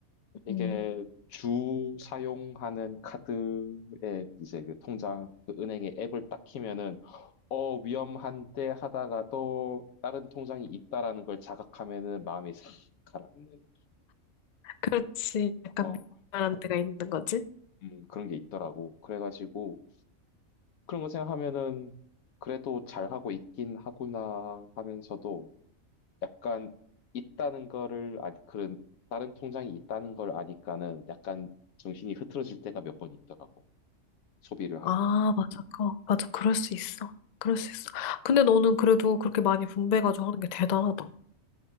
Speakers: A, on the left; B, on the left.
A: 이게
B: 음.
A: 주 사용하는 카드에 이제 그 통장 그 은행의 앱을 딱 키면은 어 위험한데 하다가 또 다른 통장이 있다라는 걸 자각하면은 마음이 싹 가라앉는
B: 그렇지. 약간
A: 어,
B: 미안한 데가 있는 거지?
A: 음, 그런 게 있더라고. 그래가지고 그런 거 생각하면은 그래도 잘하고 있긴 하구나 하면서도 약간 있다는 거를 아니 그런 다른 통장이 있다는 걸 아니까는 약간 정신이 흐트러질 때가 몇 번 있더라고 소비를
B: 아,
A: 하는
B: 맞아. 그 맞아. 그럴 수 있어. 그럴 수 있어.
A: 음.
B: 근데 너는 그래도 그렇게 많이
A: 음.
B: 분배해가지고 하는 게 대단하다.